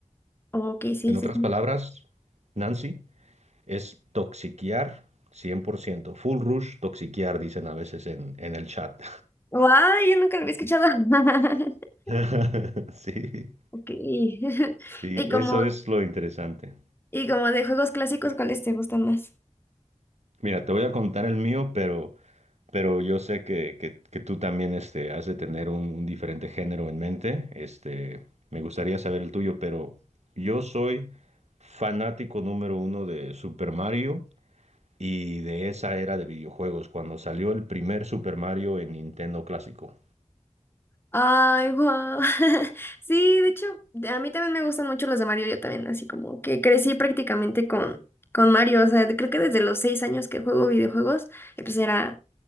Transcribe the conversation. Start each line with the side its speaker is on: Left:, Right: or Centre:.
Left: Ok, sí,
Right: En otras
Left: sí.
Right: palabras, Nancy, es toxiquear cien por ciento Full rush toxiquear, dicen a veces en, en el chat.
Left: Guay, yo nunca lo había escuchado. <laughs>
Right: <laughs> Sí,
Left: Ok. <laughs>
Right: sí,
Left: Y
Right: eso
Left: como,
Right: es lo interesante.
Left: y como de juegos clásicos, ¿cuáles te gustan más?
Right: Mira, te voy a contar el mío, pero, pero yo sé que, que- que tú también este, has de tener un, un diferente género en mente. Este, me gustaría saber el tuyo, pero yo soy fanático número uno de Super Mario y de esa era de videojuegos, cuando salió el primer Super Mario en Nintendo clásico.
Left: Ay, wow. <laughs> Sí, de hecho, de- a mí también me gustan mucho los de Mario, yo también, así como que crecí prácticamente con, con Mario, o sea, de- creo que desde los seis años que juego videojuegos, y pues era